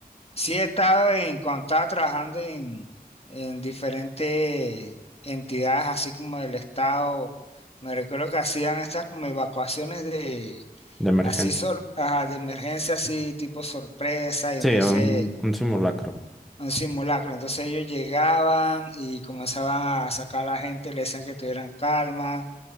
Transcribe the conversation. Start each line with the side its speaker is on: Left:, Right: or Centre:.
Left: Sí he estado en, cuando estaba trabajando en, en diferentes entidades, así como el Estado, me recuerdo que hacían estas como evacuaciones de,
Centre: de emergentes.
Left: así sor- ajá, de emergencia, así tipo sorpresa, y
Centre: Sí,
Left: entonces
Centre: un, un simulacro.
Left: un simulacro. Entonces ellos llegaban y comenzaban a sacar a la gente, le decían que tuvieran calma